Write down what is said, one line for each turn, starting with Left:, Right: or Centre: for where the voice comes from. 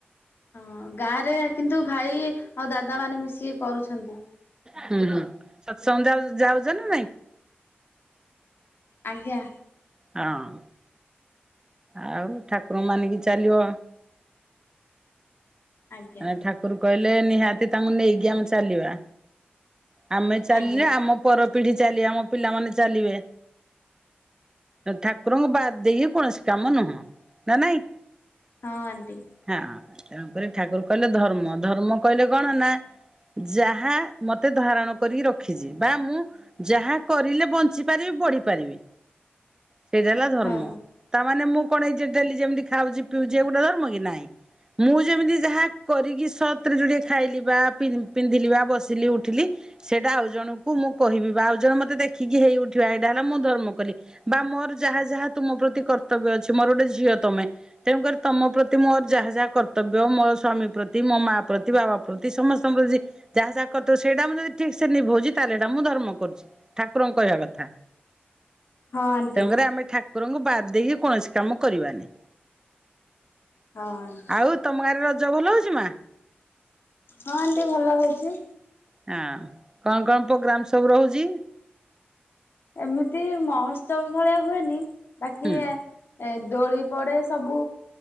Left: ହଁ ଗାଁ ରେ କିନ୍ତୁ ଭାଇ ଆଉ ଦାଦା ମାନେ ମିଶିକି କରୁଛନ୍ତି।
Right: ହୁଁ ହୁଁ ସତ୍ ସଙ୍ଗ୍ ଯାଉ ଯାଉଚ ନା ନାଇଁ।
Left: ଆଜ୍ଞା।
Right: ହଁ। ଆଉ ଠାକୁର ମାନିକି ଚାଲିବ
Left: ଆଜ୍ଞା
Right: <unintelligible> ଠାକୁରୁ କହିଲେ ନିହାତି ତାଙ୍କୁ ନେଇକି ଆମେ ଚାଲିବା। ଆମେ ଚାଲିଲେ
Left: ଆଜ୍ଞା
Right: ଆମ ପର ପିଢ଼ି ଚାଲି ଆମ ପିଲାମାନେ ଚାଲିବେ ଠାକୁରଙ୍କୁ ବାଦ୍ ଦେଇକି କୌଣସି କାମ ନୁହଁ ନା ନାଇଁ।
Left: ହଁ ଆଣ୍ଟି।
Right: ହଁ ତେଣୁକରି ଠାକୁର କହିଲେ ଧର୍ମ ଧର୍ମ କହିଲେ କଣ ନା ଯାହା ମତ୍ ମତେ ଧାରଣ କରିକି ରଖିଛି ବା ମୁଁ ଯାହା କରିଲେ ବଞ୍ଚି ପାରିବି ବଢି଼ପାରିବି। ସେଇଟା ହେଲା ଧର୍ମ
Left: ହଁ।
Right: ତାମାନେ ମୁଁ କଣ ହେଇଚି ଡେଲି ଯେମିତି ଖାଉଚି ପିଉଚି ଇଏ ଗୋଟେ ଧର୍ମ କି ନାଇଁ ମୁଁ ଯେମିତି ଯାହା କରିକି ସତ୍ ରେ ଯୁଡ଼ିଏ ଖାଇଲି ବା ପିନ୍ଧିଲି ବା ବସିଲି ଉ ଉଠିଲି ସେଟା ଆଉ ଜଣଙ୍କୁ ମୁଁ କହିବି ବା ଆଉ ଜଣ ମତେ ଦେଖ୍ ଦେଖିକି ହେଇଉଠିବା ଏଇଟା ହେଲା ମୁଁ ଧର୍ମ କଲି ବା ମୋର ଯାହା ଯାହା ତୁମ ପ୍ରତି କର୍ତ୍ତବ୍ୟ ଅଛି ମୋର ଗୋଟେ ଝିଅ ତମେ ତେଣୁକରି ତମ ପ୍ରତି ମୋର ଯାହା ଯାହା କର୍ତ୍ତ କର୍ତ୍ତବ୍ୟ ମୋ ସ୍ଵାମୀ ପ୍ରତି ମୋ ମା ପ୍ରତି ବାବା ପ୍ରତି ସମସ୍ତଙ୍କ ପ୍ରତି ଯାହା ଯାହା କ ସେଇଟା ମୁଁ ଯଦି ଠିକ୍ ସେ ନିଭଉଛି ତାହେଲେ ସେଟା ମୁଁ ଧର୍ମ କରୁଛି ଠାକୁରଙ୍କ କହିବା କଥା
Left: ହଁ ଆଣ୍ଟି
Right: ତେଣୁ କରି ଆମେ ଠାକୁର ତାଙ୍କୁ ବାଦ୍ ଦେଇକି କୌଣସି କାମ କରିବାନି।
Left: ହଁ ଆଣ୍ଟି
Right: ଆଉ ତମ ଗାଁରେ ରଜ ଭଲ ହଉଛି ମା।
Left: ହଁ ଆଣ୍ଟି ଭଲ ହଉଚି।
Right: ହଁ କଣ କଣ‍ ପୋଗ୍ରାମ୍ ସବୁ ରହୁଛି।
Left: ଏମିତି ମହୋଉତ୍ସବ ଭଳିଆ ହୁଏନି। ବାକି
Right: ହୁଁ
Left: ଏ ଦୋଳି ପଡ଼େ ସବୁ